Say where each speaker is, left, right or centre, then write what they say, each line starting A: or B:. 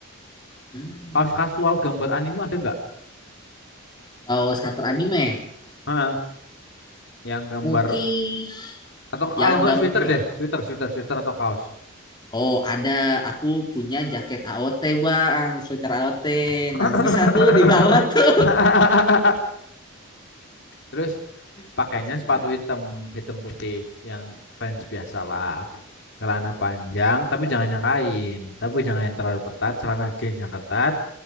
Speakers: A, on the left (about 20°); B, on the left (about 55°).
A: Hmm.
B: kaos kasual gambar anime ada nggak
A: Kalau shutter anime,
B: Heeh. yang gambar
A: mungkin
B: atau kalau
A: yang
B: nggak
A: gambar.
B: sweater deh sweater sweater sweater atau kaos
A: Oh, ada aku punya jaket AOT, Bang. Sweater AOT. Nah,
B: <laughs>
A: bisa tuh dibawa tuh.
B: terus
A: <laughs>
B: pakainya
A: Cocok
B: sepatu
A: nggak?
B: hitam hitam putih yang fans biasa lah celana panjang tapi jangan yang kain tapi jangan yang terlalu ketat celana jeans yang ketat